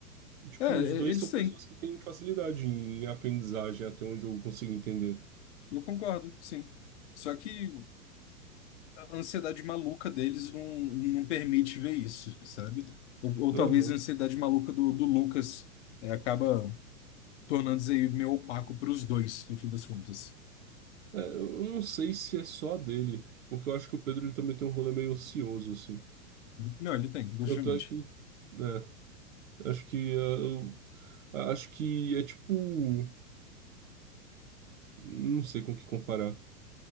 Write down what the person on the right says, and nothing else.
Tipo,
os dois
são
pessoas que têm facilidade em aprendizagem, até onde eu consigo entender.
Aham.
É, eu não sei se é só dele, porque eu acho que o Pedro ele também tem um rolê meio ansioso, assim.
Tanto é que, né, acho que, é, eu- a- acho que é tipo, não sei com o que comparar,